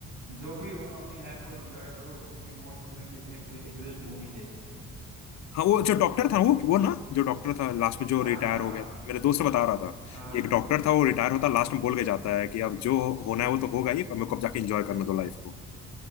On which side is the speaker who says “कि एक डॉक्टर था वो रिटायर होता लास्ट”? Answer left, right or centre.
Left